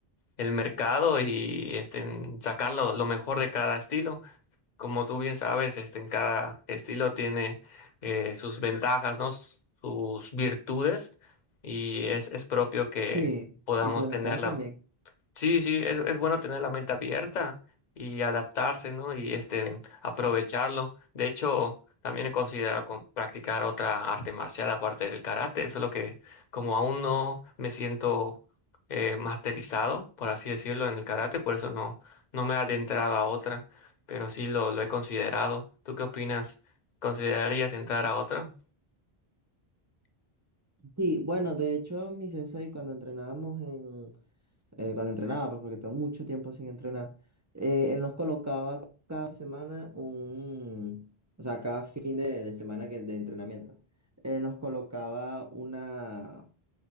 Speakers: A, on the left (about 50°); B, on the right (about 30°).
A: el mercado y este, sacar lo lo mejor de cada estilo. Como tú bien sabes, este, en cada estilo tiene eh, sus ventajas, ¿no? Sus virtudes y es, es propio que
B: Sí,
A: podamos
B: y sus desventajas
A: tenerla
B: también.
A: Sí, sí, es, es bueno tener la mente abierta y adaptarse, ¿no? Y este, aprovecharlo. De hecho, también he considerado con- practicar otra arte marcial aparte del karate, solo que como aún no me siento eh, masterizado, por así decirlo, en el karate, por eso no, no me he adentrado a otra, pero sí lo, lo he considerado. ¿Tú qué opinas? ¿Considerarías entrar a otra?
B: Sí, bueno, de hecho, mi sensei, cuando entrenábamos en, eh, cuando entrenaba, pues porque tengo mucho tiempo sin entrenar, eh, él nos colocaba cada semana un, o sea, cada fin de, de semana que, de entrenamiento, eh, nos colocaba una,